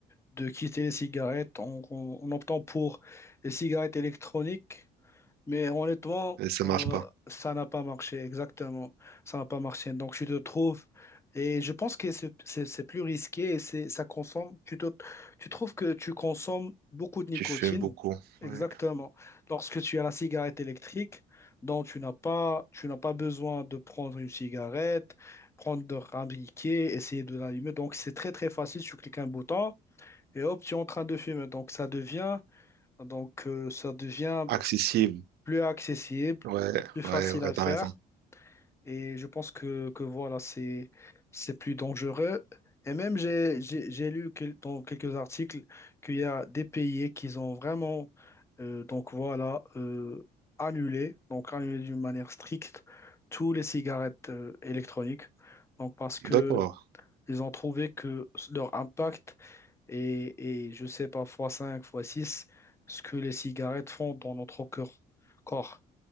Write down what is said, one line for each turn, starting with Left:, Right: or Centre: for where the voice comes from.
Left: de quitter les cigarettes en, en- en optant pour les cigarettes électroniques mais honnêtement,
Right: Mais ça
Left: euh,
Right: marche pas.
Left: ça n'a pas marché, exactement. Ça n'a pas marché. Donc, tu te trouves, et je pense que c'est c'est- c'est plus risqué et c'est, ça consomme, tu te, tu trouves que tu consommes beaucoup de nicotine,
Right: Tu fumes beaucoup.
Left: exactement.
Right: Ouais.
Left: Lorsque tu as la cigarette électrique, dont tu n'as pas, tu n'as pas besoin de prendre une cigarette, prendre un briquet, essayer de l'allumer. Donc, c'est très, très facile. Tu cliques un bouton et hop, tu es en train de fumer. Donc, ça devient, donc, euh, ça devient
Right: Accessible.
Left: plus accessible,
Right: Ouais,
Left: plus facile
Right: ouais, ouais,
Left: à le
Right: t'as
Left: faire.
Right: raison.
Left: Et je pense que, que voilà, c'est, c'est plus dangereux. Et même, j'ai, j'ai, j'ai lu quel- dans quelques articles qu'il y a des pays qui ont vraiment, euh, donc voilà, euh, annulé, donc annulé d'une manière stricte, tous les cigarettes, euh, électroniques. Donc parce que
Right: D'accord.
Left: ils ont trouvé que leur impact est, est, je sais pas, fois 5, fois 6 ce que les cigarettes font dans notre cœur- corps.